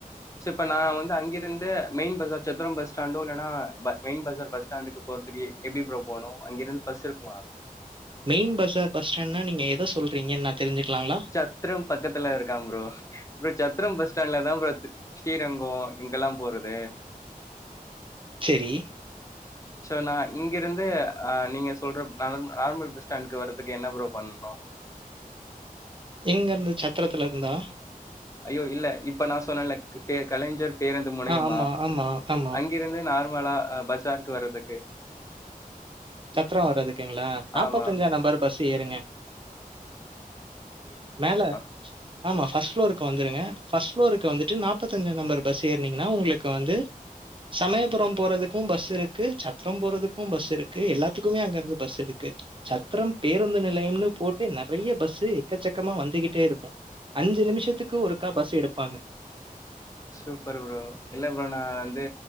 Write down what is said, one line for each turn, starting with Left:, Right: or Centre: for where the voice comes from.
Left: ஸிப்ப நா வந்து அங்கிர் ந்து மெய்ன் பஸார் சத்ரோ பஸ் ஸ்டாண்டோ இல்லனா ப மெய்ன் பஸார் பஸ் ஸ்டாண்டுக்கு போற்துக்கு எப்டி ப்ரோ போனு அங்கிருந் பஸ் இருக்குமா
Right: மெய்ன் பஸார் பஸ் ஸ்டாண்னா நீங்க எத சொல்றீங்கன் நா தெரிஞ்சுக்லாங்ளா
Left: சத்ரம் பக்கத்துல இருக்கான் ப்ரோ இப்ப சத்ரம் பஸ் ஸ்டாண்ட்லதா ப்ரோ ஸ்ரீரங்கோ இங்கெலா போறது
Right: செரி
Left: சோ நா இங்கிருந்து ஆ நீங்க சொல்ற நலமு நார்மல் பஸ் ஸ்டாண்டு்க்கு வர்றதுக்கு என்ன ப்ரோ பண்ணுணு
Right: எங்கர்ந்து சத்திரத்துல இருந்தா
Left: ஐயோ இல்ல இப்ப நா சொன்னல க் பே கலைஞர் பேருந்து முனையமா
Right: ஆ ஆமா, ஆமா, ஆமா.
Left: அங் கிருந்து நார்மலா அ பஸ்ஸ்டாண்ட்க்கு வறதுக்கு
Right: சத்ரோ வரதுக்குங்ளா நாப்பத்தஞ்சா
Left: ஆமா
Right: நம்பர் பஸ்ஸு ஏறுங்க மேல
Left: !!!!!!!!!!
Right: ஆமா ஃபஸ்ட் ஃப்ளோருக்கு வந்துருங்க ஃபஸ்ட் ஃப்ளோருக்கு வந்துட்டு நாப்பத்தஞ்சா நம்பர் பஸ் ஏற்னீங்குனா உங்ளுக்கு வந்து சமயபுரம் போறதுக்கூ பஸ் இருக்கு சத்ரம் போறதுக்கு பஸ் இரு க்கு எல்லாத்துக்குமே அங்கர்ந்து பஸ் இருக்கு சத்ரம் பேருந்து நிலையம்னு போட்டு நெறைய பஸ்ஸு எக்க சக்கமா வந்துகிஞ்டே இருக்கு அஞ்சு நிமிஷத்துக்கு ஒருக்கா பஸ் எடுப்பாங்க
Left: சூப்பர் ப்ரோ இல்ல ப்ரோ நா வந்து